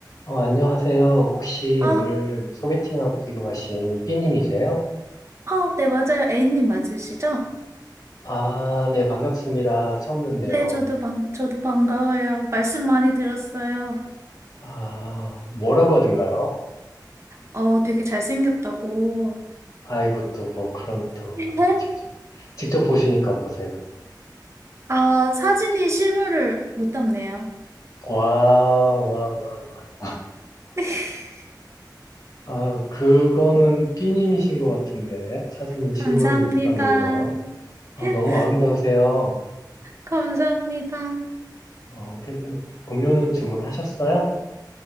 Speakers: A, on the left (about 45°); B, on the right (about 40°).
A: 어, 안녕하세요. 혹시
B: 아,
A: 오늘 소개팅하기로 하신 삐님이세요?
B: 아, 네, 맞아요. A님 맞으시죠?
A: 아, 네, 반갑습니다. 처음 뵙네요.
B: 네, 저도 반, 저도 반가워요. 말씀 많이 들었어요.
A: 아, 뭐라고 하던가요?
B: 어, 되게 잘생겼다고.
A: 아이고, 또 뭐 그런 또 그걸
B: 네?
A: 직접, 직접 보시니까 어떠세요?
B: 아, 사진이 실물을 못 담네요.
A: 와, 와, 와, 와.
B: <laughs>
A: 아, 그거는 삐님이신 것 같은데, 사진이
B: 감사합니다.
A: 실물을 못 담는 건. 아,
B: <laughs>
A: 너무 아름다우세요.
B: 감사합니다.
A: 어, 그, 음료는 주문하셨어요?